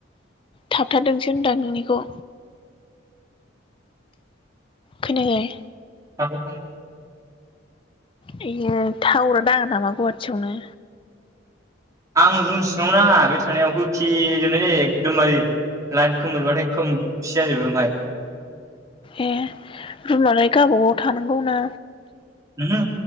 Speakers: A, on the left; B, on the right.
A: थाबथारादोंसो होनदां नोंनिखौ खोनाखाय
B: आब
A: बियो थावरा नांङा नामा गुवाहाटियावनो
B: आं रुम सिङांवनो नाङा बे थानायाव खिजोबनाय जायो एकदमबारे लाट खोमोरबाथाय खोमसि जाजोबो ओमफफ्राय
A: ए रुनानै गावब गाव थानांगौ ना
B: हा